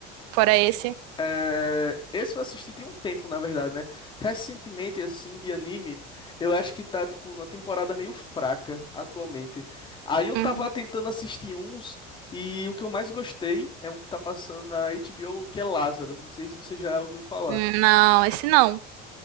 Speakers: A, on the right; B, on the left.
A: Fora esse?
B: É, Esse eu assisti tem um tempo, na verdade, né? Recentemente, assim, de anime, eu acho que tá, tipo, numa temporada meio fraca atualmente. Aí eu tava
A: Uhum.
B: tentando assistir uns, e o que eu mais gostei é um que tá passando na HBO, que é Lazarus. Não sei se você já ouviu falar.
A: Hum, Não, esse não.